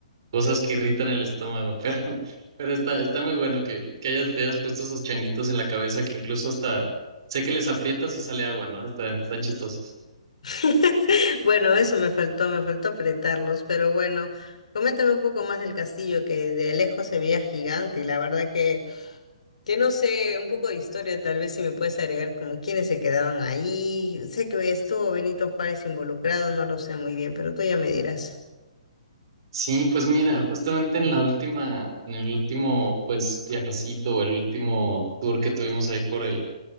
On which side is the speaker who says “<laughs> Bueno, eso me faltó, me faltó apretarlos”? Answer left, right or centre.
Left